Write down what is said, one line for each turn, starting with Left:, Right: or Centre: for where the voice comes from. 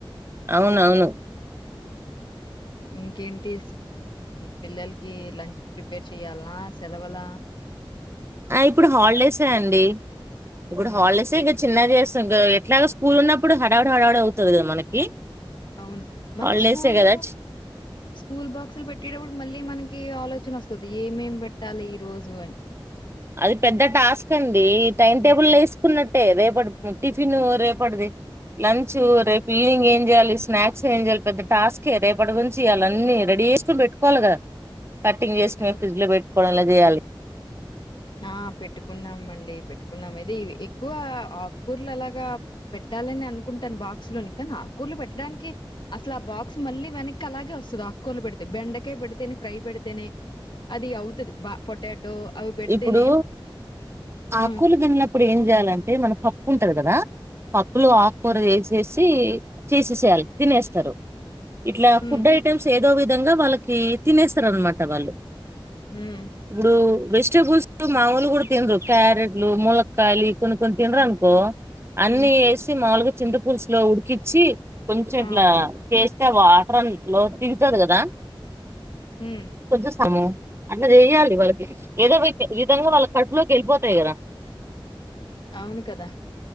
Right: అవునవును
Left: ఇంకేంటీ పిల్లలకి లంచ్ ప్రీ పేర్ చేయాలలా సెలవుల
Right: ఆ ఇప్పుడు హాలిడేసే అండి ఇప్పుడు
Left: హ్మ్
Right: హాలీడేస్ చిన్నది చేాం ఎట్లాగా స్కూల్ ఉన్నప్పుడు హడావిడి హడావిడి అవుతుంది కదా మనకి
Left: అవును మళ్ళీ
Right: హాలిడేసే
Left: స్కూల్
Right: కదా
Left: స్కూల్ బాక్సులు పెట్టేటప్పుడు మళ్ళీ మనకి ఆలోచన వస్తుంది ఏమేం పెట్టాలి ఈ రోజు అని
Right: అది పెద్ద టాస్క్ అండి ఈ టైం
Left: హ్మ్.
Right: టేబుల్ వేసుకున్న అంటే రేపటి టిఫిన్ రేపటిది లంచ్ రేపు ఈవినింగ్ ఏం చేయాలి స్నాక్స్ ఏం చేయాలి పెద్ద టాస్కే రేపటి నురించి ఇళన్నీ రెడీ చేసుకుొని పెట్టుకోవాలి కదా కటింగ్
Left: పెట్టుకో
Right: చేకునేే ఫ్రిజ్ లో పెట్ కులా చేయాలి
Left: ఆ పెట్టుకున్నాం అండి పెట్టుకున్నాం ఇది ఎక్కువ ఆకుకూర్లు అలాగా పెట్టాలని అనుకుంటాను బాక్స్ లోని కానీ ఆకుకూర్లు పెట్టడానికి అసలు ఆ బాక్స్ మళ్ళీ వెనక్ అలాగే వస్తుంది ఆకుకూర్లు పెడితే బెండకాయ పెడితేనే ఫ్రై పెడితేనే అది అవుతుంది బ పొటాటో అవి పెడితేనే
Right: ఇప్పుడు
Left: హ్మ్
Right: ఆకులు తన్ననప్పుడు ఏం చేయాలంటే మనం పప్పుంట కదా పప్పులు ఆకుకూర
Left: హ్మ్
Right: వేసేసి చేసేసేయాలి తినేస్తారు ఇట్లా
Left: హ్మ్
Right: ఫుడ్ ఐటమ్స్ ఏ ఏదో విధంగా వాళ్ళకి తినేస్తారు అనమాట వాళ్ళు
Left: హ్మ్
Right: ఇప్పుడూ చ్చస్ మాముూలు కూడా తినురూ క్యారెట్లు ములక్కకాయలు ఈ కొన్ని కొన్ని తినరూ అనుకో అన్నీ
Left: హ్మ్.
Right: వేసి మాములుగా చింత పులుసు లో ఉడికిచ్చి కొంచెం ఇట్లా
Left: ఆ
Right: టేస్ట్ అంటే వాటరల్ లో దిగుతది కదా
Left: హ్మ్
Right: కొది సము అట్లా చెయ్యాలి వాళ్ళకి ఏదో విద్ విధంగా వాళ్ళ కడుపులోకి వెళ్ళిపోతాయి కదా
Left: అవును కదా